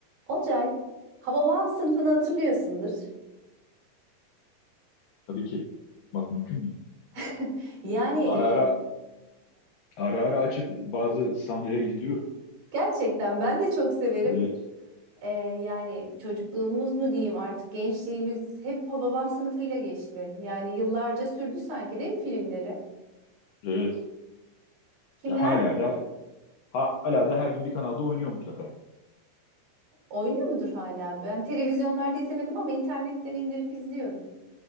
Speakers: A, on the right (about 55°); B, on the left (about 75°).
A: Olcay, Hababam sınıfını hatırlıyorsundur.
B: Tabii ki. Bak mümkün mü?
A: <laughs> Yani e,
B: Ara ara ara ara açıp bazı sahneleri izliyorum.
A: <laughs> gerçekten ben de çok severim.
B: Evet.
A: E, yani çocukluğumuz mu diyeyim artık gençliğimiz hep Hababam sınıfıyla geçti. Yani yıllarca sürdü sanki değil mi filmleri?
B: Evet.
A: Kimler
B: Ya hala da hala da her gün bir kanalda oynuyor mutlaka.
A: oynuyor mudur hala? Ben televizyonlarda izlemedim ama internetten indirip izliyorum.